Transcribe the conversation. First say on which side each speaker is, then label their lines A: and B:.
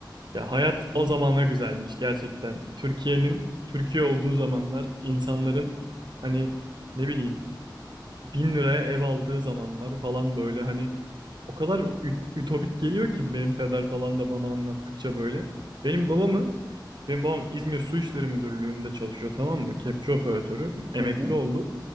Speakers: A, on the right; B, on the right.
A: Ya hayat
B: li-
A: o zamana güzelmiş gerçekten. Türkiye'nin Türkiye olduğu zamanlar insanların hani ne bileyim bin liraya ev aldığı zamanlar falan böyle hani o kadar ü- ütopik geliyor ki benim peder falan da bana anlattıkça böyle. Benim babamı, benim babam İzmir Su İşleri Müdürlüğü'nde çalışıyor tamam mı? Kepçe operatörü, emekli
B: Hı hı,
A: oldu.